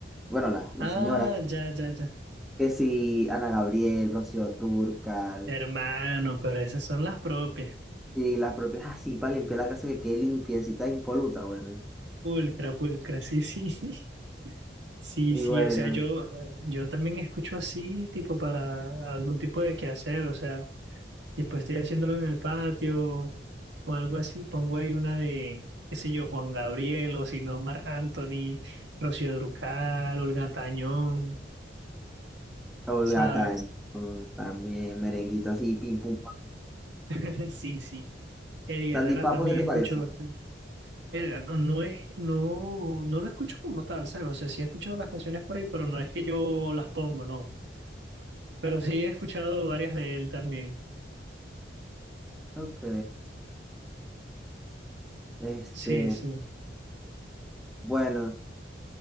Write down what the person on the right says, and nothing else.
Ah,
ya, ya, ya.
Hermano, pero esas son las propias.
Pulcra, pulcra. Sí, sí, <laughs> sí. Sí,
sí.
O sea, yo, eh, yo también escucho así, tipo, para algún tipo de quehacer. O sea. Y pues estoy haciéndolo en el patio o algo así, pongo ahí una de, qué sé yo, Juan Gabriel o si no, Marc Anthony, Rocío Drucal, Olga Tañón,
¿sabes?
<laughs> Sí, sí. Eddie
Herrera
también
escucho
bastante. Verga, No, no es, no, no lo escucho como tal, ¿sabes? O sea, sí he escuchado las canciones por ahí, pero no es que yo las pongo, no. Pero sí he escuchado varias de él también.
Sí, sí.